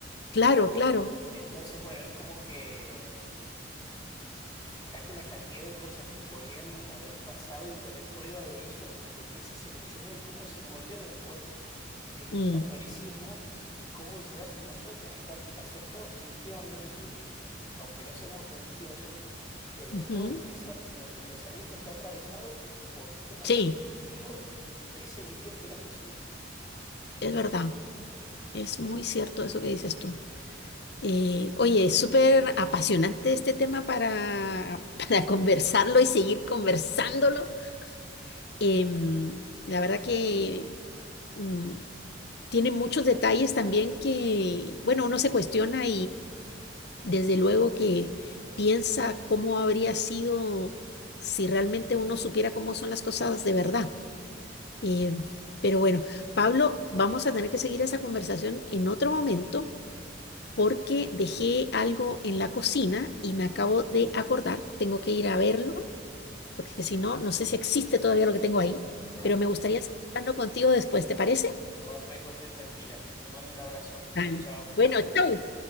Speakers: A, on the left; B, on the left.
A: Claro, claro.
B: Entonces, bueno, es como que Fíjate la cantidad de cosas que podrían haber pasado y tener prueba de eso, de, de qué se seleccionó y cómo se moldeó después el
A: Mm,
B: catolicismo y cómo llegamos nosotros a estar, a ser todos cristianos y eh, aunque no seamos religiosos, pero
A: ujú.
B: todo el pensa- nuestro pensamiento está atravesado por cómo
A: Sí,
B: se eligió y qué se eligió que era Jesús.
A: es verdad. Es muy cierto eso que dices tú. Eh, oye, es súper apasionante este tema para, <laughs> para conversarlo y seguir conversándolo. Em, la verdad que mm, tiene muchos detalles también que, bueno, uno se cuestiona Desde luego que piensa cómo habría sido si realmente uno supiera cómo son las cosas de verdad. Eh, pero bueno, Pablo, vamos a tener que seguir esa conversación en otro momento porque dejé algo en la cocina y me acabo de acordar, tengo que ir a verlo, porque si no, no sé si existe todavía lo que tengo ahí,
B: Dale,
A: pero me gustaría seguir hablando contigo después, ¿te parece?
B: corre, corre tranquila. Te mando un abrazo.
A: Dale.
B: Chau, chau.
A: Bueno, chau.